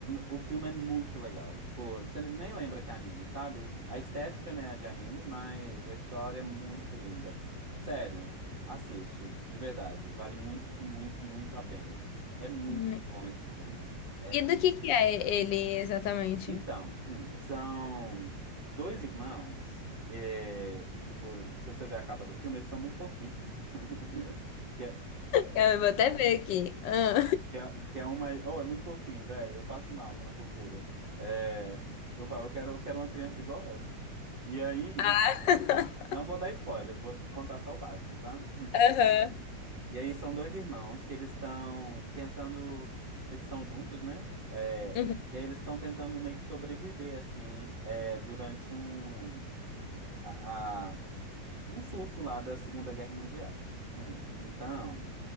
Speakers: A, on the right; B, on the left.
A: o filme é muito legal. Tipo, você nem lembra que é anime, sabe? A estética, né, é de anime, mas a história é muito linda. Sério, assiste, de verdade. Vale muito, muito, muito a pena. É muito
B: Hum,
A: bom esse filme. É,
B: E do que que é ele exatamente?
A: então, <clears throat> são dois irmãos. é, e, tipo, se você ver a capa do filme, eles são muito fofinhos. <laughs> Que é-
B: Eu vou até ver aqui. Ah.
A: Que é, que é uma. Oh, é muito fofinho, velho. Eu passo mal na fofura. É, eu falo, eu quero, eu quero uma criança igual essa. E aí,
B: <laughs>
A: não vou dar spoilers, vou contar só o básico, tá?
B: Aham.
A: E aí são dois irmãos que eles estão tentando. Eles estão juntos, né? É,
B: Uhum.
A: e aí eles estão tentando meio que sobreviver, assim, é, durante um, a, a- um surto lá da Segunda Guerra Mundial. Hum, Então.